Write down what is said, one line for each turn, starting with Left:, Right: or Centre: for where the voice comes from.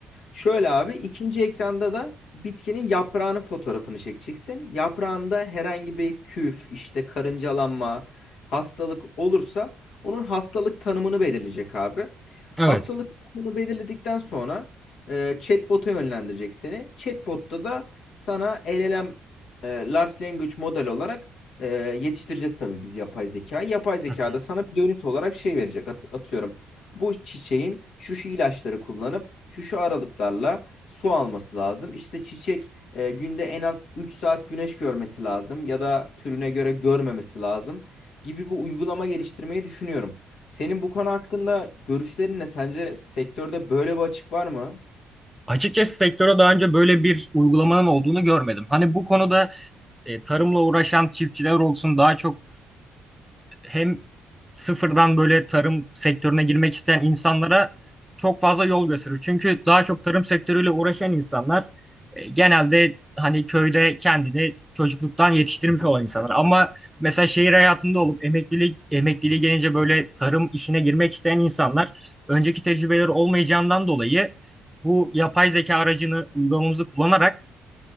Left: Şöyle abi ikinci ekranda da bitkinin yaprağının fotoğrafını çekeceksin. Yaprağında herhangi bir küf, işte karıncalanma, hastalık olursa onun hastalık tanımını belirleyecek abi.
Centre: Evet.
Left: Hastalık tanımını belirledikten sonra e, chatbot'a yönlendirecek seni. Chatbot'ta da sana LLM e, Large Language Model olarak e, yetiştireceğiz tabii biz yapay zekayı. Yapay zeka
Centre: Hı hı.
Left: da sana bir dönüt olarak şey verecek At- atıyorum. Bu çiçeğin şu şu ilaçları kullanıp şu şu aralıklarla su alması lazım. İşte çiçek e, günde en az 3 saat güneş görmesi lazım ya da türüne göre görmemesi lazım gibi bir uygulama geliştirmeyi düşünüyorum. Senin bu konu hakkında görüşlerin ne? Sence sektörde böyle bir açık var mı?
Centre: Açıkçası sektöre daha önce böyle bir uygulamanın olduğunu görmedim. Hani bu konuda e, tarımla uğraşan çiftçiler olsun daha çok hem sıfırdan böyle tarım sektörüne girmek isteyen insanlara çok fazla yol gösteriyor. Çünkü daha çok tarım sektörüyle uğraşan insanlar e, genelde hani köyde kendini çocukluktan yetiştirmiş olan insanlar. Ama mesela şehir hayatında olup emeklilik emekliliğe gelince böyle tarım işine girmek isteyen insanlar önceki tecrübeleri olmayacağından dolayı bu yapay zeka aracını uygulamamızı kullanarak